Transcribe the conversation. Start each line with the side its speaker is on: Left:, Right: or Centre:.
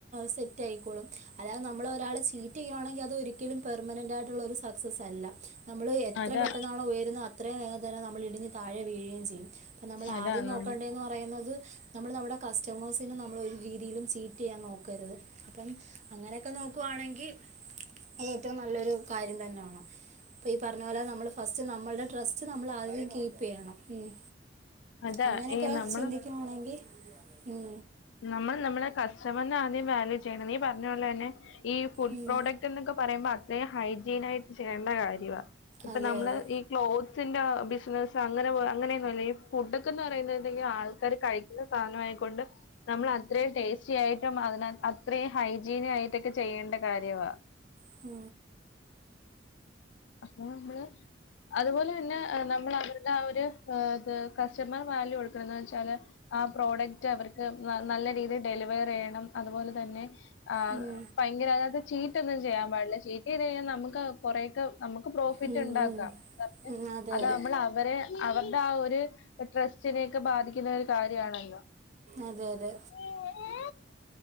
Right: സെറ്റ് ആയിക്കോളും. അതായത് നമ്മള ഒരാളെ ചീറ്റ് ചെയ്യുവാണെങ്കി അതൊരിക ലും പെർമനന്റ് ആയിട്ടുള്ള ഒരു സക്സസ് അല്ല. നമ്മള് എത്ര
Left: അതാ
Right: പെട്ടെന്നാണോ ഉയരുന്നത് അ ത്രയും വേഗം തന്നെ നമ്മൾ ഇടിഞ്ഞ് താഴെ വീഴുകയും ചെയ്യും. അപ്പൊ നമ്മൾ
Left: അതാ
Right: ആദ്യം
Left: നം
Right: നോക്കേണ്ടന്ന് പറയുന്നത് നമ്മള് നമ്മടെ കസ്റ്റമേഴ്സിനെ നമ്മളൊ ഒരു രീതിയിലും ചീറ്റ് ചെയ്യാൻ നോക്കരുത്. അപ്പം അങ്ങനെയൊക്കെ നോക്കുവാണെങ്കിൽ, ഏറ്റവും നല്ലൊരു കാര്യം തന്നെ ഇപ്പൊ ഈ പറഞ്ഞ പോലെ നമ്മള് ഫസ്റ്റ് നമ്മൾടെ ട്രസ്റ്റ് നമ്മൾ ആദ്യം കീപ്പ് ചെയ്യണം. മം
Left: അതാ
Right: അങ്ങനെയൊക്കെ
Left: ഈ നമ്മള്
Right: ചിന്തിക്കുവാണെങ്കിൽ മം
Left: നമ്മൾ നമ്മളെ കസ്റ്റമറിനെ ആദ്യം വാല്യൂ ചെയ്യണം. ഈ പറഞ്ഞ പോലെ തന്നെ, ഈ ഫുഡ്
Right: ഉം
Left: പ്രോഡക്റ്റ് എന്നൊക്കെ പറയുമ്പോ അത്രേം ഹൈജീൻ ആയിട്ട് ചെയ്യണ്ട കാര്യവാ. ഇപ്പൊ
Right: അതെ
Left: നമ്മള്
Right: അതെ
Left: ഈ ക്ലോത്ത്സിന്റെ ബിസിനസ്സ് അങ്ങനെ അങ്ങനെയൊന്നുംല്ല ഈ ഫുഡൊക്കെ എന്ന് പറയുന്നുണ്ടെങ്കിൽ ആൾക്കാര് കഴിക്കുന്ന സാധനയെക്കൊണ്ട് നമ്മൾ അത്രയും ടേസ്റ്റിയായിട്ടും, അതിനെ അത്രയും ഹൈജീനും ആയിട്ടൊക്കെ ചെയ്യേണ്ട കാര്യവാ
Right: ആഹ്.
Left: അപ്പോ നമ്മള്, അതുപോലെ തന്നെ നമ്മൾ അവര് ആ ഒര് ഏഹ് ഇത് കസ്റ്റമർ വാല്യൂ കൊടുക്കണം വെച്ചാല് ആ പ്രോഡക്റ്റ് അവർക്ക് നല്ല രീതിയിൽ ഡെലിവർ ചെയ്യണം. അതുപോലെ തന്നെ ആ
Right: ഉം
Left: ഭയങ്കര അതിനകത്ത് ചീറ്റൊന്നും ചെയ്യാൻ പാടില്ല. ചീറ്റ ചെയ്ത് കഴിഞ്ഞാൽ നമുക്ക് കൊറെക്കെ നമുക്ക് പ്രോഫിറ്റ്
Right: ഉം
Left: ഇണ്ടാക്കാം.
Right: ഉം
Left: <unintelligible>
Right: ഉം അതെ
Left: അത്
Right: അതെ
Left: നമ്മൾ അവരെ അവർടെ ആ ഒരു ട്രസ്റ്റിനെയോക്കെ ബാധിക്കുന്ന ഒരു കാര്യവാണല്ലോ.
Right: അതെ അതെ.
Left: <unintelligible>